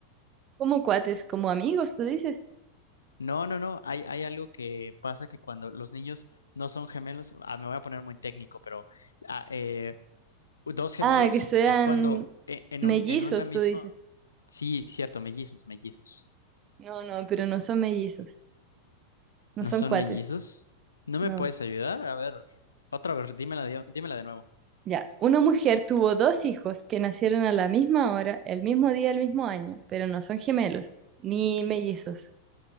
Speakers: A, on the right (about 30°); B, on the left (about 70°).
A: Como cuates, como amigos, tú dices.
B: No, no, no. Hay, hay algo que pasa que cuando los niños no son gemelos, ah, me voy a poner muy técnico, pero ah, eh, dos gemelos
A: Ah, que sean
B: es cuando e- en
A: Mellizos,
B: un, en una misma.
A: tú dices.
B: Sí, cierto, mellizos, mellizos.
A: No, no, pero no son mellizos, no
B: ¿No
A: son
B: son
A: cuates,
B: mellizos? ¿No me
A: no.
B: puedes ayudar? A ver, otra vez, dímela de, dímela de nuevo.
A: Ya, una mujer tuvo dos hijos que nacieron a la misma hora, el mismo día, el mismo año, pero no son gemelos, ni mellizos.